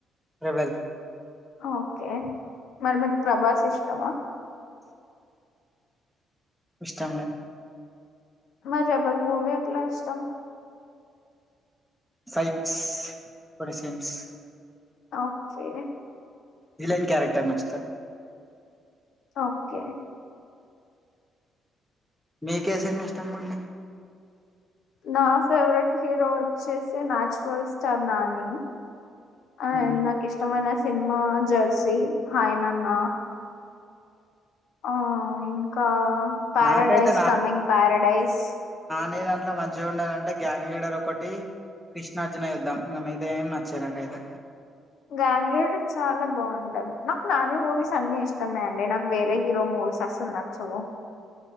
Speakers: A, in the centre; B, on the left.
A: రెబెల్
B: ఓకే మరి మీకు ప్రభాస్ ఇష్టమా
A: ఇష్టం లే
B: మరి రెబర్ మూవీ ఎట్లా ఇష్టం
A: ఫైట్స్ కొన్ని సీన్స్
B: ఒకే
A: విలన్ క్యారెక్టర్ నచ్చుతది
B: ఓకే
A: మీకే సినిమా ఇష్టంమండి
B: నా ఫేవరెట్ హీరో వచ్చేసి నాన్చురల్ స్టార్ నాని ఆ
A: ఉమ్.
B: నాకి ఇష్టమైన ఆ జెర్సీ హాయ్ నాన్న ఆ ఇంకా ప్యారాడైస్
A: నాకైతే
B: కమింగ్ ప్యారాడైస్
A: నానీ దాంట్లో మంచిగుండేదాంటే గ్యాంగ్ లీడర్ ఒకటి కృష్ణార్జున యుద్ధం ఇగ మిగతా ఏం నచ్చయి నాక్ అయితే
B: గ్యాంగ్ లీడర్ చాలా బాగుంటది నాకు నాని మూవీస్ అన్ని ఇష్టమే అండి నాకు వేరే హీరో మూవీస్ అసలు నచ్చవు